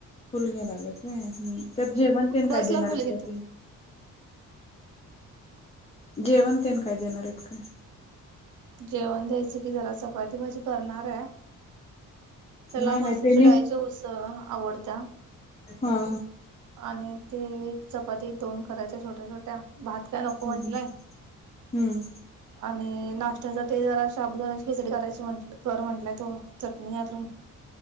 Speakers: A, on the left; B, on the right.
A: फुल घ्यायलागलत काय हम्म त्यात जेवण तेण
B: बसला
A: काय देणारच
B: फुल घेतो
A: त्या तेनं जेवणतेन काय देणार येत काय?
B: जेवण द्यायचं की जरा चपाती भाजी करणार आय. त्याला
A: नाही नाही
B: मसूरच्या
A: त्यानी
B: डाळीची उसळ आवडत्या
A: हा हा
B: आणि ते चपाती दोन करायच्या छोट्या छोट ट्या भात काय नको
A: हम्म
B: म्हंटलाय
A: हम्म
B: आणि नाश् त्या साठी जरा शाबुदानाची खिचडी करायची म्हटलं कर म्हटलाय तो चटणी घालून